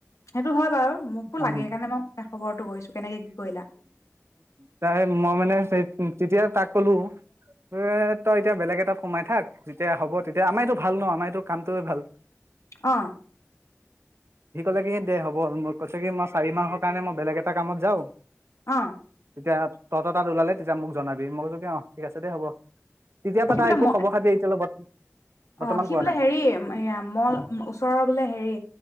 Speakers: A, on the left; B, on the right.
A: সেইটো হয় বাৰু মোকো
B: উ
A: লাগে সেইকাৰণে মই খবৰটো কৰিছো কেনেকে কি কৰিলা
B: -ত -মই মানেই উ' তেতিয়া তাক ক'লো এ তই এতিয়া বেলেগ এটাত সোমাই থাক যেতিয়া হ'ব তেতিয়া আমাৰতো ভাল ন আমাৰতো কামটোয়ে ভাল।
A: অ
B: সি ক'লে কি সি দে হ'ব মই কৈছ কি মই চাৰি মাহৰ কাৰণে মই বেলেগ এটা কামত যাওঁ।
A: অ
B: তেতিয়া তহতৰ তাত ওলালে তেতিয়া মোক জনাবি মই কছৈ কি অ ঠিক আছে দে হ'ব। তেতিয়াৰ পৰা
A: সি
B: তাৰ
A: বোলে
B: একো
A: ম
B: খবৰ খাতি এতিয়ালৈ বৰ্ত বৰ্তমান
A: অ ', সি
B: পোৱা
A: বোলে
B: নাই
A: হেৰি এ' মল ওচৰৰ বোলে হেৰি